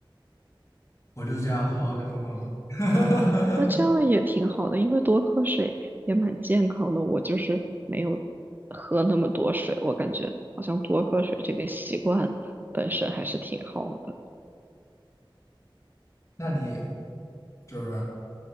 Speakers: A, on the left; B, on the right.
A: 我就是这样，然后就疯狂喝。<laughs>
B: 那这样也挺好的，因为多喝水也蛮健康的。我就是没有喝那么多水，我感觉好像多喝水这个习惯本身还是挺好的。
A: 那你就是